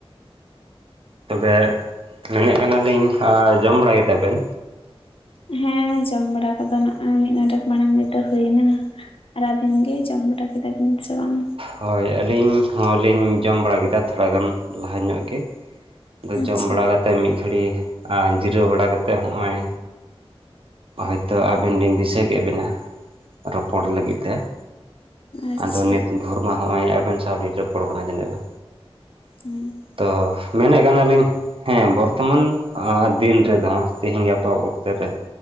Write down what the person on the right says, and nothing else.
ᱛᱚ ᱵᱮ ᱢᱮᱱᱮᱫ ᱠᱟᱱᱟᱞᱤᱧ ᱡᱚᱢ ᱵᱟᱲᱟ ᱜᱮᱛᱟ ᱵᱮᱱ?
ᱦᱳᱭ ᱟᱹᱞᱤᱧ ᱦᱚᱸᱞᱤᱧ ᱡᱚᱢ ᱵᱟᱲᱟ ᱠᱮᱫᱟ, ᱛᱷᱚᱲᱟᱜᱟᱱ ᱞᱟᱦᱟ ᱧᱚᱜ ᱜᱮ ᱾ ᱟᱫᱚ
ᱡᱚᱢ ᱵᱟᱲᱟ ᱠᱟᱛᱮᱫ ᱢᱤᱫ ᱜᱷᱟᱹᱲᱤᱡ, ᱟᱨ ᱡᱤᱨᱟᱹᱣ ᱵᱟᱲᱟᱠᱟᱛᱮᱫ ᱦᱚᱜᱼᱚᱭ ᱦᱳᱭᱛᱚ ᱟᱵᱮᱱ ᱞᱤᱧ ᱫᱤᱥᱟᱹ ᱠᱮᱫ ᱵᱮᱱᱟ, ᱨᱚᱯᱚᱲ ᱞᱟᱹᱜᱤᱫ ᱛᱮ ᱾
ᱟᱫᱚ ᱱᱤᱛ ᱫᱷᱚᱨᱢᱟ ᱦᱚᱸᱜᱼᱚᱭ ᱟᱵᱮᱱ ᱥᱟᱶ ᱨᱚᱯᱚᱲ ᱠᱟᱱᱟ᱾ ᱡᱮᱱᱚ ᱟᱫᱚ
ᱛᱚ ᱢᱮᱱᱮᱫ ᱠᱟᱱᱟ ᱞᱤᱧ ᱦᱮᱸ ᱵᱚᱨᱛᱚᱢᱟᱱ ᱫᱤᱱ ᱨᱮᱫᱚ ᱛᱮᱦᱤᱧ ᱜᱟᱯᱟ ᱚᱠᱛᱮ ᱨᱮ